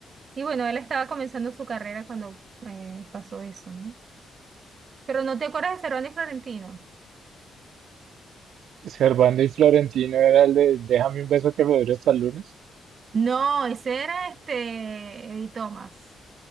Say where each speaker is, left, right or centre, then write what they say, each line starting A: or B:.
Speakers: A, on the right; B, on the right.
A: Y bueno, él estaba comenzando su carrera cuando eh, pasó eso, ¿no? Pero no te acuerdas de Cerón y Florentino.
B: Servando y Florentino era el de Déjame un beso que me dure hasta el lunes.
A: No, ese era este Eddie Thomas,